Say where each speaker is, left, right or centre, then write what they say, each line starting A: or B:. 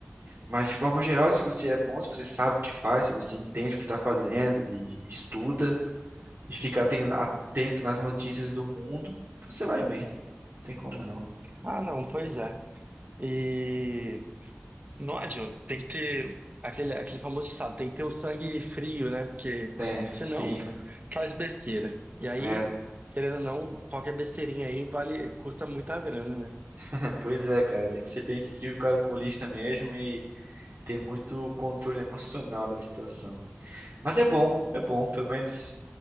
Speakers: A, on the right (about 60°); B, on the right (about 40°).
A: Mas de forma geral, se você é bom, se você sabe o que faz, se você entende o que tá fazendo e estuda e fica aten- atento nas notícias do mundo, você vai bem. Não tem como não.
B: Ah, não, pois é. E Não adianta, tem que ter aquele, aquele famoso ditado, tem que ter o sangue frio, né? Porque
A: Tem,
B: senão
A: sim,
B: fa- faz besteira. E aí,
A: é.
B: querendo ou não, qualquer besteirinha aí vale, custa muita grana, né?
A: <laughs> Pois é, cara, tem que ser bem frio, calculista mesmo e ter muito controle emocional da situação. Mas é bom, é bom, pelo menos.